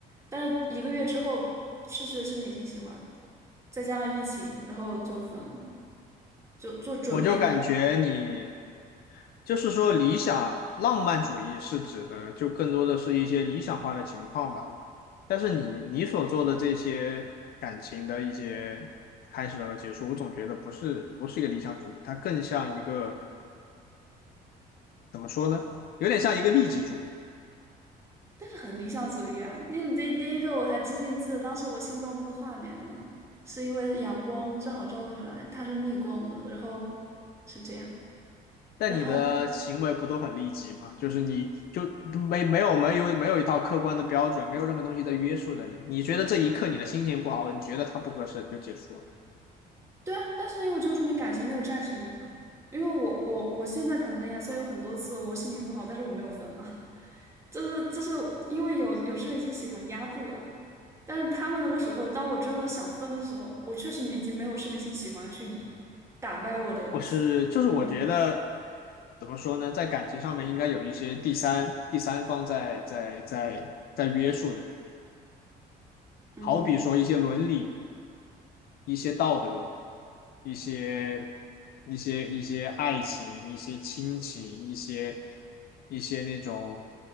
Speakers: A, on the right (about 15°); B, on the left (about 65°).
A: 但是一个月之后失去了生理性喜欢，再加上疫情，然后就分了，就就准备。
B: 我就感觉你就是说理想浪漫主义是指的，就更多的是一些理想化的情况吧。但是你你所做的这些感情的一些开始和结束，我总觉得不是不是一个理想主义，它更像一个怎么说呢？有点像一个利己主义。
A: 但是很理想主义啊！那个第第一个我还至今记得，当时我心动那个画面呢，是因为阳光正好照进来，它是逆光的，然后是这样，
B: 但你的行为不都很利己吗？
A: 然后
B: 就是你就没没有没有没有一套客观的标准，没有任何东西在约束着你。你觉得这一刻你的心情不好，你觉得它不合适就结束了。
A: 对啊，但是因为我就说明感情，没有战胜这个，因为我我我现在谈的恋爱，虽然有很多次我心情不好，但是我没有分啊，<laughs> 就是就是因为有有生理期喜欢压住呀，但是他们那个时候，当我真的想分的时候，我确实已经没有生理期喜欢去以打败我的喜欢源
B: 我是就是我觉得怎么说呢，在感情上面应该有一些第三第三方在在在在约束的，
A: 嗯。
B: 好比说一些伦理、一些道德、一些一些一些爱情、一些亲情、一些一些那种